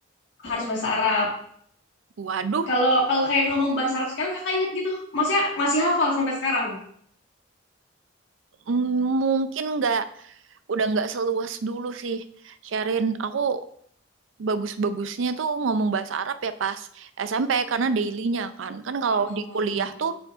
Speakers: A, on the left; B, on the right.
A: harus bahasa Arab
B: Waduh,
A: Kalau kalau kayak ngomong bahasa Arab sekarang kakak inget gitu. Maksudnya masih hafal sampai sekarang.
B: mm, mungkin enggak, udah enggak seluas dulu sih. Sharin, aku bagus-bagusnya tuh ngomong bahasa Arab ya pas SMP karena daily-nya kan. Kan kalau
A: Oh,
B: di kuliah tuh